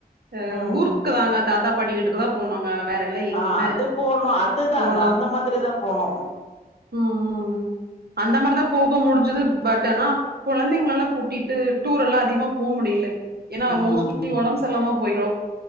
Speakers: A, on the right; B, on the left.
A: அ
B: ம்
A: ஊருக் க்குதாங்க தாத்தா பாட்டி வீட்டுக்கு தா போனுங்க வேற எல்லா எங்கேயுமே
B: ஆ அது போனோ அது தாங்க
A: போலா
B: அந்த மாரி தா போனோ
A: ம் ம் அந்த மாரிதா போக முடிஞ் சுது பட் ஆனா கொழந்தைங்கலலா கூட்டிட்டு டூர் எல்லா அதிகமா போ முடில ஏனா
B: ம்
A: மோஸ்ட்லி
B: ம்
A: ஒடம்பு சரில்லாம போய்ரு